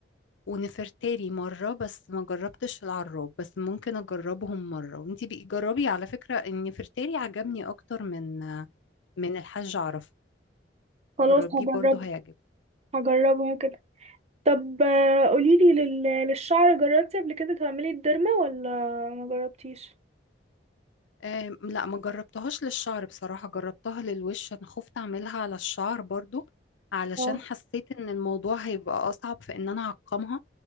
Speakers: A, on the left; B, on the right.
A: ونفرتاري مرة بس ما جربتش العراب بس ممكن أجربهم مرة وانتي بقي جربي على فكرة إن نفرتاري عجبني أكتر من من الحاج عرفة
B: خلاص
A: جربيه
B: هجربه
A: برضو هيعجبك
B: هجربها كده طب آه، قوليلي لل... للشعر جربتي قبل كده تعملي الديرما ولا ما جربتيش
A: أم لا ما جربتهاش للشعر بصراحة جربتها للوش انا خفت اعملها على الشعر برضو علشان
B: اه
A: حسيت ان الموضوع هيبقى اصعب في ان انا اعقمها